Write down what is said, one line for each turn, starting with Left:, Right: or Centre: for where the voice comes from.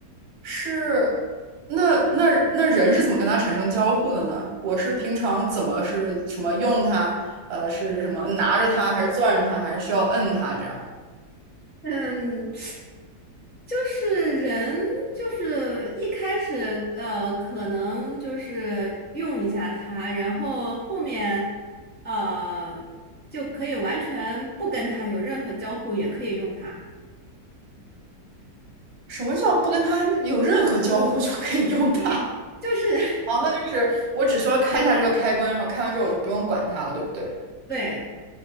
Right: 是，那那那人是怎么跟它产生交互的呢？我是平常怎么是什么用它？呃，是什么拿着它，还是攥着它，还是需要摁它这样？
Left: 嗯，就是人，就是一开始，呃，可能就是用一下它，然后后面，呃，就可以完全不跟它有任何交互，也可以用它。
Right: 什么叫不跟它有任何交互就可以用它？
Left: 对，就是 <laughs>
Right: <laughs> 哦，那就是我只需要开一下这个开关，然后开完之后我就不用管它了，对不对？
Left: 对，